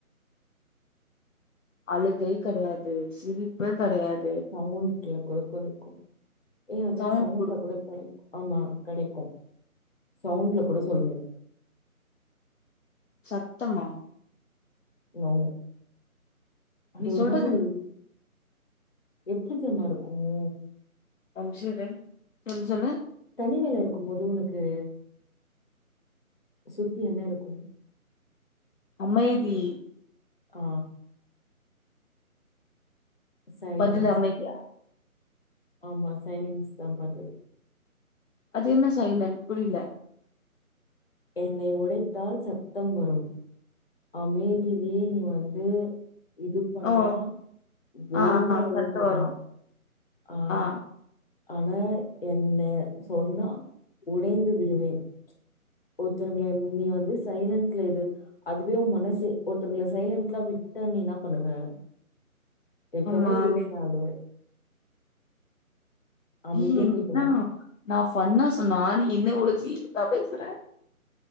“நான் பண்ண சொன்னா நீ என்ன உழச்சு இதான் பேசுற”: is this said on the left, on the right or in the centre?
Left